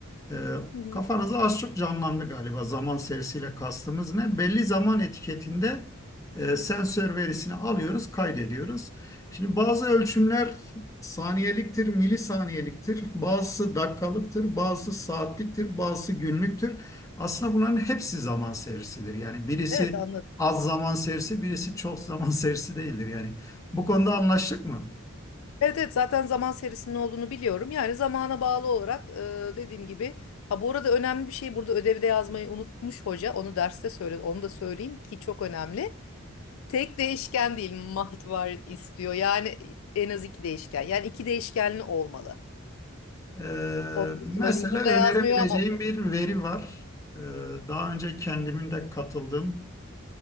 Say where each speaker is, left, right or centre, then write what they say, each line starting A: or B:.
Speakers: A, on the left; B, on the left.
A: Ee,
B: Hı hı.
A: kafanızı az çok canlandı galiba zaman serisiyle kastımız ne? Belli zaman etiketinde e, sensör verisini alıyoruz, kaydediyoruz. Şimdi bazı ölçümler saniyeliktir, milisaniyeliktir, bazısı dakikalıktır, bazısı saatliktir, bazısı günlüktür. Aslında bunların hepsi zaman serisidir. Yani birisi
B: Evet anladım.
A: az zaman serisi, birisi çok zaman serisi değildir. Yani bu konuda anlaştık mı?
B: Evet evet zaten zaman serisinin olduğunu biliyorum. Yani zamana bağlı olarak e, dediğim gibi. Ha bu arada önemli bir şey burada ödevde yazmayı unutmuş hoca. Onu derste söyle onu da söyleyeyim ki çok önemli. Tek değişken değil multivar istiyor. Yani en az iki değişken. Yani iki değişkenli olmalı.
A: Ee,
B: Onu da
A: mesela
B: söyleyeyim. Burada
A: önerebileceğim
B: yazmıyor ama
A: bir veri var. Ee, daha önce kendimin de katıldığım,